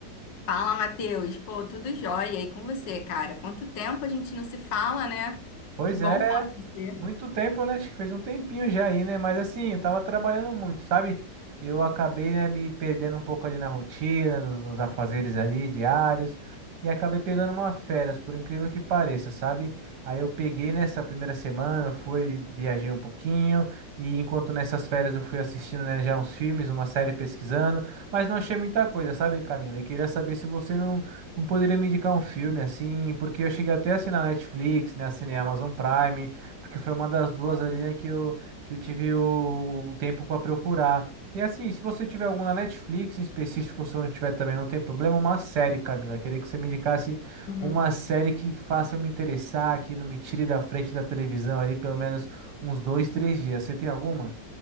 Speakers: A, on the left; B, on the right.
A: Fala, Matheus. Pô, tudo jóia. E com você, cara? Quanto tempo a gente não se fala, né?
B: Pois
A: Que bom
B: é,
A: falar com você.
B: muito tempo, né? Acho que fez um tempinho já aí, né? Mas assim, eu tava trabalhando muito, sabe? Eu acabei, né, me perdendo um pouco ali na rotina, nos, nos afazeres ali diários, e acabei pegando uma férias, por incrível que pareça, sabe? Aí eu peguei nessa primeira semana, fui, viajei um pouquinho, e enquanto nessas férias eu fui assistindo, né, já uns filmes, uma série pesquisando, mas não achei muita coisa, sabe, Camila? E queria saber se você não Não poderia me indicar um filme assim, porque eu cheguei até a assinar Netflix, né, assinei a Amazon Prime, porque foi uma das duas ali, né, que eu, que eu tive o, o tempo para procurar. E assim, se você tiver algum na Netflix em específico, se não tiver também, não tem problema, uma série, Camila. Queria que você me indicasse
A: Uhum.
B: uma série que faça eu me interessar, que não me tire da frente da televisão ali pelo menos uns dois, três dias. Você tem alguma?